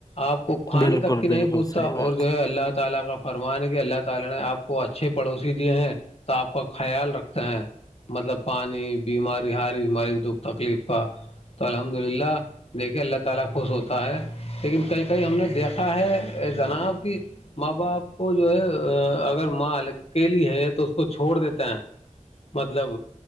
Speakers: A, on the left; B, on the left.
A: آپ کو کھانے
B: بالکل
A: تک کی نہیں
B: بالکل
A: پوچھتا
B: صحیح بات
A: اور جو ہے اللہ تلا کا فرمان ہے کہ اللہ تلا نے آپ کو اچھے پڑوسی دیے ہیں تو آپ کا خیال رکھ ہیں مطلب پانی بیماری ہاری بیماری دکھ تکلیف کا تو ال الحمد للہ دیکھیے اللہ تلا خوش ہوتا ہے لیکن کئی کئی ہم نے دیکھا ہے جناب کی ماں باپ کو جو ہے اگر ماں اکیلی ہے تو اس کو چھوڑ دیتا ہے مطلب